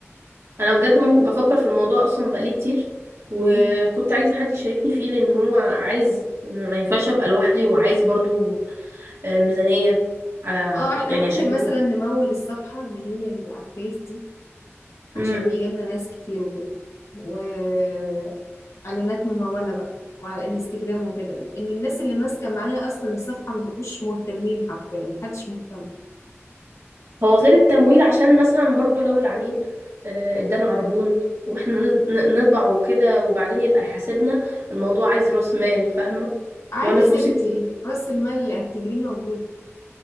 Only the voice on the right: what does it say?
انا بجد مو- بفكر في الموضوع اصلا بقالي كتير وكنت
عايزه حد يشاركني فيه لان هو عايز ما ينفعش ابقى لوحدي وعايز برضو آه، ميزانيه آه،
يعني
عشان
<laughs>
امم
هو غير التمويل عشان مثلا برضو لو العميل آه، ادانا عربون واحنا ن- ن- نطبع وكده وبعدين يبقى حاسبنا الموضوع عايز راس مال فاهمه
وانا
فلوسي
كلها